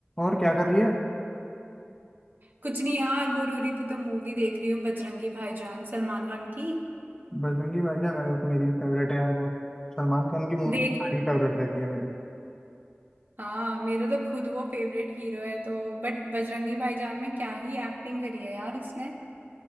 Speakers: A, on the left (about 15°); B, on the right (about 50°).
A: और क्या कर रही है
B: कुछ नहीं यार बोर हो रही थी तो मूवी देख रही हूँ बजरंगी भाईजान सलमान खान की
A: बजरंगी भाईजान अरे वो तो मेरी भी फेवरेट है यार बहुत सलमान खान की मूवी
B: देखी
A: सारी फेवरेट रहती है मेरी
B: हाँ मेरा तो खुद वो फेवरेट हीरो है तो बट बजरंगी भाईजान में क्या ही एक्टिंग करी है यार उसने